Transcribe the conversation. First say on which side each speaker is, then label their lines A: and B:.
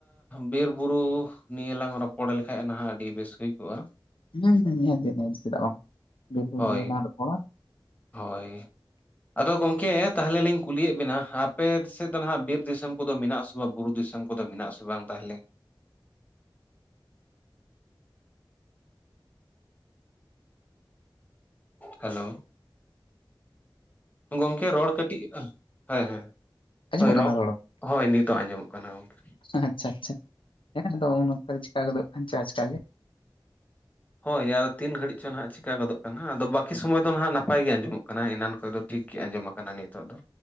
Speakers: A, on the left (about 20°); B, on the left (about 80°).
A: ᱵᱤᱨ ᱵᱩᱨᱩ ᱱᱤᱭᱟᱹ ᱞᱟᱝ ᱨᱚᱯᱚᱲ ᱞᱮᱠᱷᱟᱡ ᱱᱟᱦᱟᱜ ᱟᱹᱰᱤ ᱵᱮᱥ ᱦᱩᱭ ᱠᱚᱜ-ᱟ
B: <unintelligible> ᱨᱚᱯᱚᱲᱟ
A: ᱦᱳᱭ, ᱦᱳᱭ ᱟᱫᱚ ᱜᱚᱝᱠᱮ ᱛᱟᱦᱚᱞᱮ ᱞᱤᱧ ᱠᱩᱞᱤᱭᱮᱫ ᱵᱤᱱᱟ ᱟᱯᱮ ᱥᱮᱫ ᱫᱚ ᱱᱟᱦᱟᱜ ᱵᱤᱨ ᱫᱤᱥᱚᱢ ᱠᱚᱫᱚ ᱢᱮᱱᱟᱜ ᱟᱥᱮ ᱵᱟᱝ ᱵᱩᱨᱩ ᱫᱤᱥᱚᱢ ᱠᱚᱫᱚ ᱢᱮᱱᱟᱜ ᱟᱥᱮ ᱵᱟᱝ ᱛᱟᱦᱚᱞᱮ ᱦᱮᱞᱳ ᱜᱚᱝᱠᱮ ᱨᱚᱲ ᱠᱟᱹᱴᱤᱡ ᱦᱮᱸ ᱦᱮᱸ
B: ᱟᱸᱡᱚᱢᱚᱜ
A: ᱦᱳᱭ ᱨᱚᱜ
B: ᱠᱟᱱᱟ
A: ᱦᱳᱭ ᱱᱤᱛᱚᱜ ᱟᱸᱡᱚᱢᱚᱜ ᱠᱟᱱᱟ ᱜᱚᱝᱠᱮ
B: ᱦᱮ ᱟᱪᱪᱷᱟ ᱟᱪᱪᱷᱟ ᱦᱮ ᱫᱚ ᱱᱚᱛᱮ ᱨᱮ ᱪᱤᱠᱟᱹ ᱜᱚᱫᱚᱜ ᱠᱟᱱ ᱪᱚ ᱟᱪᱠᱟᱜᱮ
A: ᱦᱳᱭ ᱟᱫᱚ ᱛᱤᱱ ᱜᱷᱟᱹᱲᱤᱡ ᱪᱚ ᱱᱟᱦᱟᱜ ᱪᱤᱠᱟᱹ ᱜᱚᱫᱚᱜ ᱠᱟᱱᱟ ᱟᱫ ᱵᱟᱹᱠᱤ ᱥᱚᱢᱚᱭ ᱫᱚ ᱱᱟᱦᱟᱜ ᱱᱟᱯᱟᱭ ᱜᱮ ᱟᱸᱡᱚᱢᱚᱜ ᱠᱟᱱᱟ ᱮᱱᱟᱱ ᱠᱷᱚᱡ ᱫᱚ ᱴᱷᱤᱠ ᱜᱮ ᱟᱸᱡᱚᱢ ᱟᱠᱟᱱᱟ ᱱᱤᱛᱚᱜ ᱫᱚ